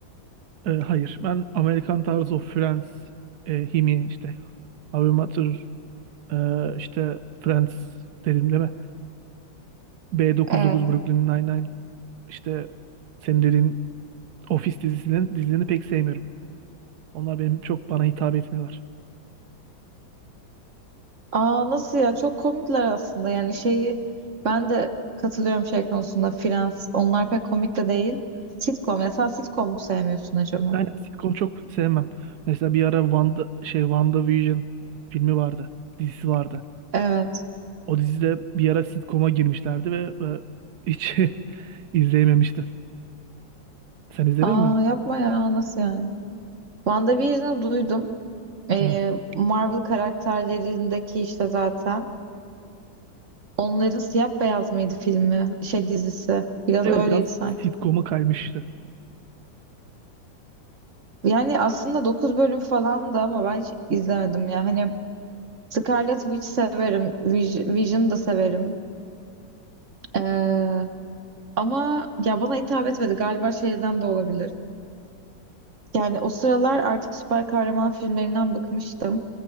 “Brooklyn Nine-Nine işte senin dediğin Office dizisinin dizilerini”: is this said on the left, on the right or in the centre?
Right